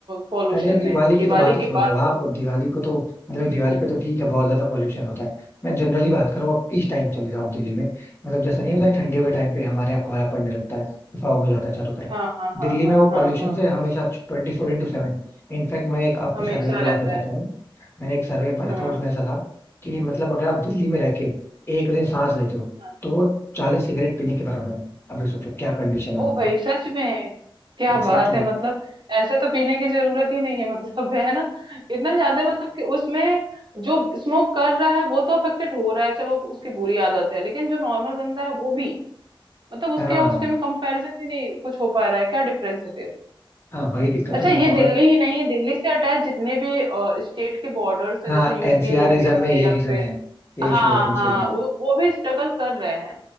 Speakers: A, on the right; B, on the left.
A: पॉल्यूशन
B: अरे दिवाली
A: में
B: की
A: दिवाली
B: तो बात
A: के
B: ही छोड़
A: बाद
B: दो आप दिवाली को तो मतलब दिवाली
A: हम्म,
B: पे तो ठीक है बहुत ज्यादा पॉल्यूशन होता है मैं जनरली बात करूँ आप इस टाइम चले जाओ आप दिल्ली में मतलब जैसा नहीं होता है, ठंडियों के टाइम पे हमारे यहाँ कोहरा पड़ने लगता है फॉग हो जाता है चारों तरफ
A: हाँ हाँ
B: दिल्ली
A: हाँ हाँ
B: में वो
A: हाँ
B: पॉल्यूशन
A: हाँ
B: से हमेशा ट्वेंटी फोर इंटू सेवन इनफैक्ट मैं एक आपको
A: हमेशा
B: सर्वे की बात
A: रहता
B: बताता
A: है
B: हूँ मैंने एक सर्वे में पढ़ा
A: हाँ
B: था उसमें ऐसा था कि मतलब अगर आप दिल्ली में रह के एक दिन सांस लेते हो
A: हाँ
B: तो वो चालीस सिगरेट पीने के बराबर है अभी सोचो क्या कंडीशन है
A: ओ
B: वहाँ
A: भाई
B: पे
A: सच में क्या
B: Exactly
A: बात
B: exactly.
A: है मतलब ऐसे तो पीने की जरूरत ही नहीं है मतलब है ना इतना ज्यादा मतलब कि उसमें जो स्मोक कर रहा है वो तो अफेक्टेड हो रहा है चलो उसकी बुरी आदत है लेकिन जो नॉर्मल बंदा है वो भी मतलब उसके
B: हाँ
A: और उसके में कंपैरिजन ही नहीं कुछ हो पा रहा है क्या डिफरेंस है फिर
B: हाँ वही दिक्कत
A: अच्छा
B: है ना
A: ये
B: और
A: दिल्ली ही नहीं है दिल्ली से अटैच जितने भी स्टेट के बॉर्डर्स है
B: हाँ
A: जैसे यूपी
B: एनसीआर
A: हो
B: रीजन
A: गया
B: में ये
A: या
B: रीजन
A: फिर
B: है ये इशू
A: हाँ
B: है एनसीआर
A: हाँ
B: में
A: वो वो भी स्ट्रगल कर रहे हैं